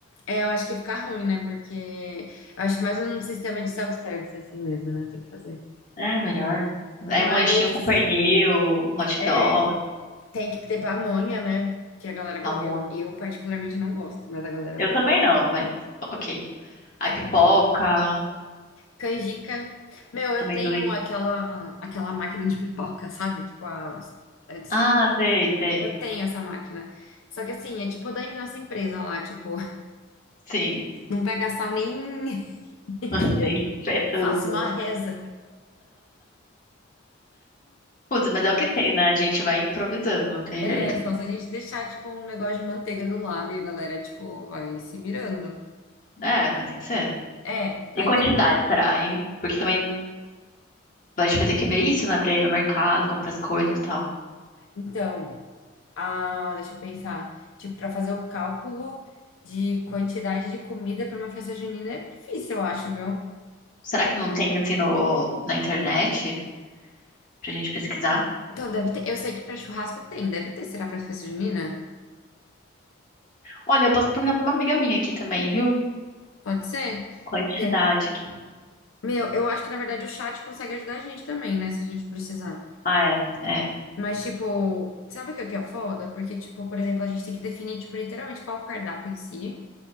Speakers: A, on the left; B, on the left.
A: é, eu acho que fica ruim, né? Porque eu acho mais um sistema de self-service assim mesmo, né? Tem que fazer.
B: É, melhor. É
A: Mas
B: um lanchinho com pernil, hot
A: é,
B: dog,
A: tem que ter pamonha, né? Que a galera gosta.
B: pamonha.
A: Eu, não- eu particularmente não gosto, mas a galera
B: Eu também não, mas ok. Aí
A: quer.
B: pipoca,
A: Canjica. Meu, eu
B: amendoim.
A: tenho aquela aquela máquina de pipoca, sabe? Tipo a, a dist-
B: Ah, sei, sei.
A: eu tenho essa máquina. Só que assim, é tipo da nossa empresa lá, tipo, <laughs>
B: Sim,
A: não pega sal nem <laughs>
B: <laughs> nem ferrando.
A: faço uma reza.
B: Putz, mas é o que tem, né? A gente vai improvisando, não tem
A: É,
B: jeito.
A: só se a gente deixar, tipo, um negócio de manteiga do lado e a galera, tipo, vai se virando.
B: É, vai ter que ser.
A: É,
B: E
A: aí,
B: quantidade,
A: tem-
B: será, hein? Porque também a gente vai ter que ver isso, né? Pra ir no mercado, comprar as coisas e tal.
A: então, ah, deixa eu pensar. Tipo, pra fazer o cálculo de quantidade de comida pra uma festa junina é difícil, eu acho, viu?
B: Será que não tem, assim, no, na internet pra gente pesquisar?
A: Então, deve ter. Eu sei que pra churrasco tem, deve ter. Será pra festa junina?
B: Olha, eu posso perguntar pra uma amiga minha aqui também, viu?
A: Pode ser?
B: Quantidade
A: Que-
B: aqui.
A: Meu, eu acho que na verdade o chat consegue ajudar a gente também, né? Se a gente precisar.
B: Ah, é, é.
A: Mas, tipo, sabe o que que é foda? Porque, tipo, por exemplo, a gente tem que definir, tipo, literalmente qual o cardápio em si.